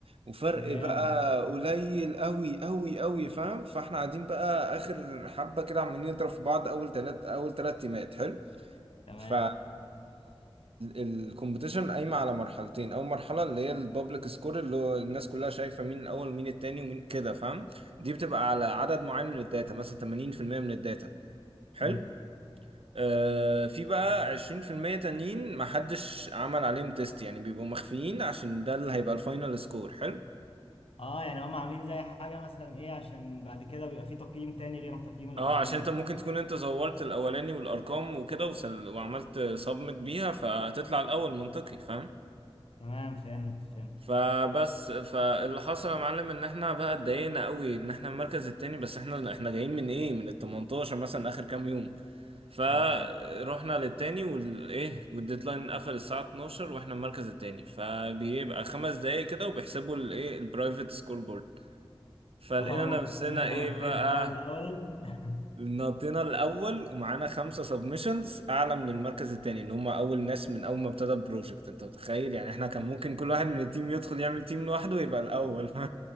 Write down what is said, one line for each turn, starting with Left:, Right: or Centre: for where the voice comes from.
Right: وفرق
Left: جامد
Right: بقى قليل قوي قوي قوي فاهم فاحنا قاعدين بقى اخر حبة كده عمالين نضرب في بعض اول تلات اول تلات تيمات حلو
Left: <laughs> تمام
Right: ف الكومبيتيشن قايمة على مرحلتين اول مرحلة اللي هي البابليك سكور اللي هو الناس كلها شايفة مين الاول مين التاني ومين كده فاهم دي بتبقى على عدد معين من الداتا مثلا 80% من الداتا حلو
Left: امم
Right: آه، في بقى 20% تانيين محدش عمل عليهم تيست يعني بيبقوا مخفيين عشان ده اللي هيبقى الفاينل سكور حلو
Left: اه يعني هم عاملين زي حاجة مثلا ايه عشان بعد كده بيبقى في تقييم تاني غير التقييم الاولاني
Right: اه عشان انت
Left: ده
Right: ممكن تكون انت زورت الاولاني والارقام وكده وسل... وعملت سبمت بيها فهتطلع الاول منطقي فاهم
Left: تمام فهمت فهمت
Right: فبس فاللي حصل يا معلم ان احنا بقى اتضايقنا قوي ان احنا المركز التاني بس احنا احنا جايين من ايه من ال 18 مثلا اخر كام يوم فروحنا
Left: تمام
Right: للتاني والايه والديدلاين قفل الساعة 12 واحنا المركز التاني فبيبقى خمس دقايق كده وبيحسبوا الايه البرايفت سكور بورد فلقينا
Left: اه
Right: نفسنا
Left: ممكن تكون انت
Right: ايه
Left: نطيت
Right: بقى
Left: بقى الاول <laughs>
Right: نطينا الاول ومعانا خمسة سبمشنز اعلى من المركز التاني ان هم اول ناس من اول ما ابتدى البروجكت انت متخيل يعني احنا كان ممكن كل واحد من التيم يدخل يعمل تيم لوحده ويبقى الاول <laughs>